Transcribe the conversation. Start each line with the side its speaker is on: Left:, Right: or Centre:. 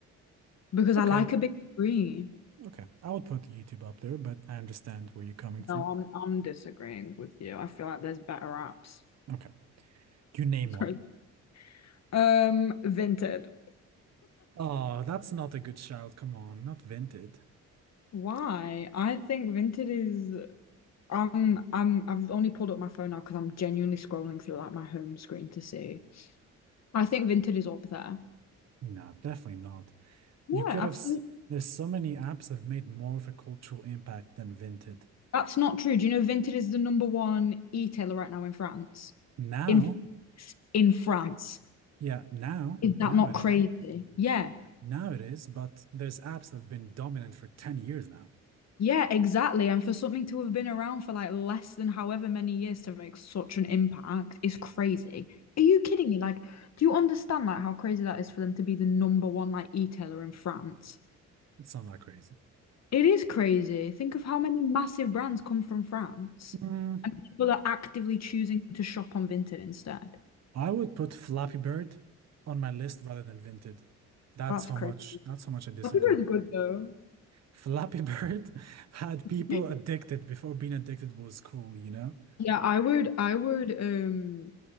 Left: because
Right: Okay,
Left: I like a big screen.
Right: okay. I would put YouTube up there, but I understand where you're coming from.
Left: No, I'm I'm disagreeing with you. I feel like there's better apps.
Right: Okay. You name
Left: <laughs>
Right: one.
Left: Um, Vinted.
Right: Oh, that's not a good shout. Come on, not Vinted.
Left: Why? I think Vinted is Um, I'm I've only pulled up my phone now because I'm genuinely scrolling through like my home screen to see. I think Vinted is up there.
Right: No, definitely not.
Left: Yeah,
Right: You could
Left: absolutely.
Right: have. s- There's so many apps have made more of a cultural impact than Vinted.
Left: That's not true. Do you know Vinted is the number one e-tailer right now in France?
Right: Now,
Left: in in France.
Right: yeah, now,
Left: Is
Right: now
Left: that not
Right: it
Left: crazy?
Right: is.
Left: Yeah.
Right: Now it is, but there's apps that have been dominant for 10 years now.
Left: Yeah, exactly. And for something to have been around for like less than however many years to make such an impact is crazy. Are you kidding me? Like, do you understand like how crazy that is for them to be the number one like e-tailer in France?
Right: It's not that crazy.
Left: It is crazy. Think of how many massive brands come from France.
Right: Mm,
Left: People are actively choosing to shop on Vinted instead.
Right: I would put Flappy Bird on my list rather than Vinted. That's
Left: That's
Right: how
Left: crazy.
Right: much, that's how much I disagree.
Left: I think it's good though.
Right: Flappy Bird <laughs> had people
Left: <laughs>
Right: addicted before being addicted was cool, you know?
Left: Yeah, I would I would um